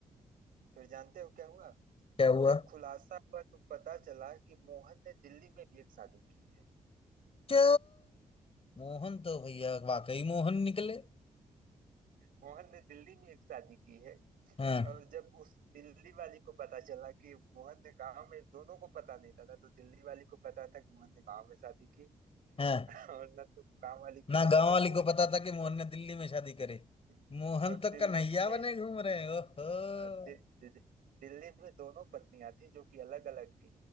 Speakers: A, on the right (about 80°); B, on the left (about 40°).
A: फिर जानते हो क्या हुआ
B: क्या हुआ
A: जब खुलासा हुआ तो पता चला कि मोहन ने दिल्ली में भी एक शादी की है
B: क्या मोहन तो भैया वाकई मोहन निकले
A: मोहन ने दिल्ली में एक शादी की है
B: हाँ
A: और जब उस दिल्ली वाली को पता चला कि मोहन ने गांव में दोनों को पता नहीं था ना तो दिल्ली वाली को पता था कि मोहन ने गांव में शादी की
B: हाँ
A: <laughs> और ना तो गांव वाली को
B: ना
A: पता
B: गांव
A: था
B: वाली
A: मोहन
B: को
A: ने
B: पता
A: दिल्ली
B: था कि
A: में
B: मोहन
A: शादी
B: ने दिल्ली में शादी करे
A: की
B: मोहन
A: और
B: तो
A: दिल्ली
B: कन्हैया
A: में
B: बने घूम रहे हैं ओहो
A: अ, दि, दि, दि- दिल्ली में दोनों पत्नियां थी जो कि अलग अलग थी